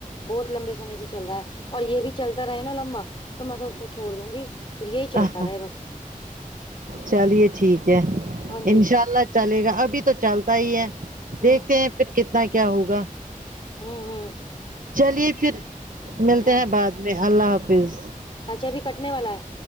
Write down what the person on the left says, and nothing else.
بہت لمبے سے سے چل رہا ہے اور یے بھی چلتا رہے نا لمبا تو میں تو اسے چھوڑ دوں گی پھر یہی چلتا
رہے بس
ہاں جی
ہوں
آمہم
ہوں
اچھا ابھی کٹنے والا ہیں